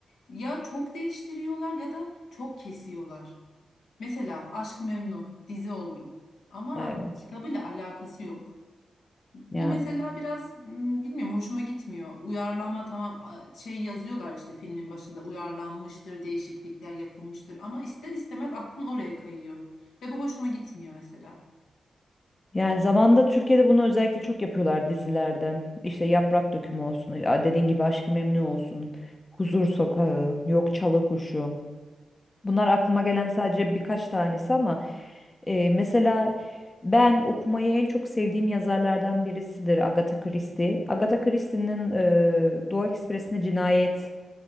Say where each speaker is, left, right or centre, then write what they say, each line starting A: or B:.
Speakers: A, on the left; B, on the left.
A: ya çok değiştiriyorlar ya da çok kesiyorlar. Mesela Aşk-ı Memnu dizi oldu ama
B: Evet.
A: kitabıyla alakası yok. Bu
B: Yani
A: mesela biraz m, bilmiyorum hoşuma gitmiyor. Uyarlama tamam a- şey yazıyorlar işte filmin başında uyarlanmıştır, değişiklikler yapılmıştır ama ister istemez aklın oraya kayıyor. Ve bu hoşuma gitmiyor mesela.
B: yani zamanda Türkiye'de bunu özellikle çok yapıyorlar dizilerde. İşte Yaprak Dökümü olsun, ya dediğin gibi Aşk-ı Memnu olsun, Huzur Sokağı, Yok Çalı Kuşu. Bunlar aklıma gelen sadece birkaç tanesi ama e, mesela ben okumayı en çok sevdiğim yazarlardan birisidir Agatha Christie. Agatha Christie'nin e, Doğu Ekspresi'nde Cinayet